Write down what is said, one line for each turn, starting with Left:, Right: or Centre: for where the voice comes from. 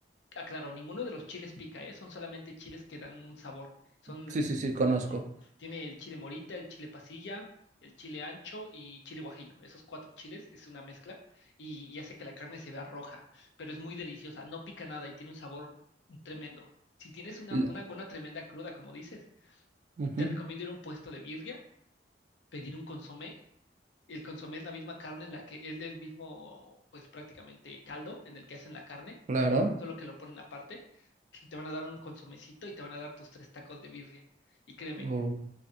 Left: Ah, claro, ninguno de los chiles pica, ¿eh? Son solamente chiles que dan un sabor. Son,
Right: Sí, sí, sí, conozco.
Left: ti- tiene el chile morita, el chile pasilla, el chile ancho y chile guajillo. Esos cuatro chiles es una mezcla y, y hace que la carne se vea roja, pero es muy deliciosa, no pica nada y tiene un sabor tremendo. Si tienes una,
Right: L-
Left: una, una tremenda cruda, como dices,
Right: Ujú,
Left: te recomiendo ir a un puesto de birria, pedir un consomé el consomé es la misma carne en la que es el mismo, pues prácticamente caldo en el que hacen la carne,
Right: claro.
Left: solo que lo ponen aparte. Te van a dar un consomecito y te van a dar tus tres tacos de birria. Y créeme,
Right: Oh.